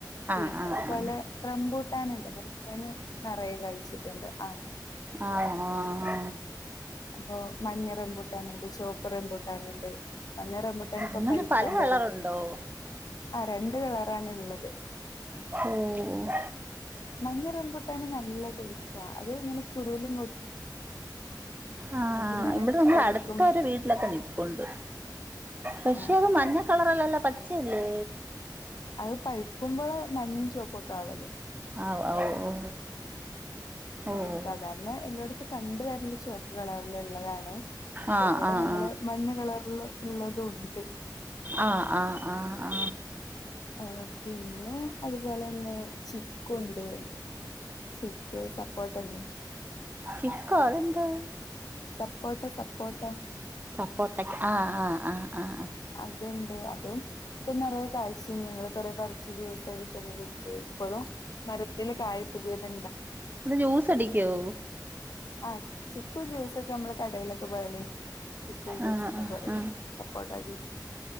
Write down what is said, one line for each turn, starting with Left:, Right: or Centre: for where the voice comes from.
Left: പിന്നതുപോലെ
Right: ആഹ് ആഹ് ആഹ്
Left: റംബൂട്ടാന് ഉണ്ടത് ഞാനും നിറയെ കഴിച്ചിട്ടുണ്ട് ആ
Right: ആ ആ ആ
Left: അപ്പൊ മഞ്ഞ റംബൂട്ടാനുണ്ട് ചോപ്പ് റംബൂട്ടാനുണ്ട് മഞ്ഞ റംബൂട്ടാൻ ഇപ്പോ
Right: അങ്ങനെ
Left: പഴുക്കാൻ
Right: പല കളറുണ്ടോ
Left: തുടങ്ങിയെ ആ രണ്ട് കളറാണ് ഉള്ളത്
Right: ഉം
Left: മഞ്ഞ റംബൂട്ടാന് നല്ല ടേസ്റ്റാ അതിങ്ങനെ കുരുവിലൊ
Right: ആ
Left: ഇങ്ങനെ
Right: ഇവിടെ നമ്മൾ
Left: കടിക്കും
Right: അടുത്തൊരു വീട്ടിലൊക്കെ നിപ്പോണ്ട് പക്ഷെ
Left: ആഹ്
Right: അത്
Left: ആഹ്
Right: മഞ്ഞ കളറല്ലല്ലല്ലോ പ പച്ചയല്ലേ
Left: അത് പഴുക്കുമ്പോള് മഞ്ഞയും ചുവപ്പുക്കെ ആവല്ലേ
Right: ആ ഓ ഓ ഓ
Left: ആ സാധാരണ എല്ലോടു ത്തും കണ്ട് വരുന്നത് ചുവപ്പുകളറാണല്ലോ ഉള്ളത്
Right: ആഹ്
Left: ഇവിടെ
Right: ആഹ്
Left: ഞങ്ങള് മഞ്ഞ കളറുള്ളതും ഉണ്ട്
Right: ആ ആ ആ ആ
Left: ആ പിന്നെ അതുപോലെ തന്നെ ചിക്കുവുണ്ട് ചിക്കു സപ്പോട്ടയല്ലെ
Right: ചിക്കൊ അതെന്താ
Left: സപ്പോട്ട സപ്പോട്ട
Right: സപ്പോർട്ടക്ക ആ ആ ആ ആ ആ
Left: അതുണ്ട് അതും ഇപ്പൊ നിറയേ കായ്ച <unintelligible> കൊറേ പറിച്ച് ജ്യൂസ്‌ അടിച്ചൊക്കെ കുടിച്ചു ഇപ്പളും മരത്തില് കായ പുതിയതു
Right: അത് ജ്യൂസ് അടിക്കുവോ
Left: ആഹ ചിക്കു ജ്യൂസൊക്കെ നമ്മള് കടയിലൊക്കെ പോയാല് ചിക്കു ജ്യൂസ്
Right: ആ ആ
Left: എന്ന്
Right: ആ
Left: പറയും
Right: ആ ആ ആ
Left: സപ്പോട്ട ജ്യൂസ്